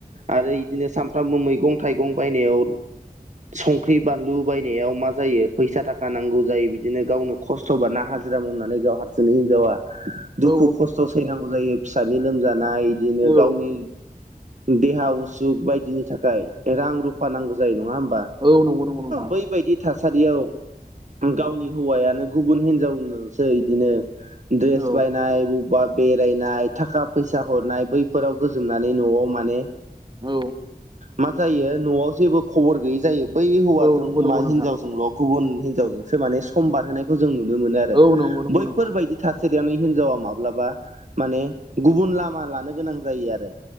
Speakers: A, on the right; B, on the right.
A: आरो इदिनो सानफ्रामबो मैगं थाइगं बायनायाव संख्रि बानलु बायनायाव मा जायो फैसा थाखा नांगौ जायो बिदिनो गावनो खस्थ'बा ना हाजिरा मावनानै गाव हारसिंनो हिनजावा दुखु
B: औ
A: खस्थ' सैनांगौ जायो फिसानि लोमजानाय इदिनो
B: औ
A: गावनि देहा उसुख बायदिनि थाखाय रां रुफा नांगौ जायो नङा होमबा?
B: औ नंगौ नंगौ नोंथां।
A: बैबायदि थासारियाव गावनि हौवायानो गुबुन हिनजावनोसो इदिनो द्रेस
B: औ
A: बायनाय बबेबा बेरायनाय थाखा फैसा हरनाय बैफोराव गोजोमनानै न'आव माने
B: औ
A: मा जायो न'आव जेबो खबर गैयै जायो बै हौवाजों
B: औ नंगौ नंगौ
A: मा
B: नोंथां
A: हिनजावजोंल' गुबुन हिनजावजोंसो माने सम बारहोनायखौ जों नुनो मोनो आरो
B: औ नंगौ नंगौ
A: बैफोरबायदि
B: नोंथां
A: थासारियावनो हिनजावा माब्लाबा माने गुबुन लामा लानो गोनां जायो आरो।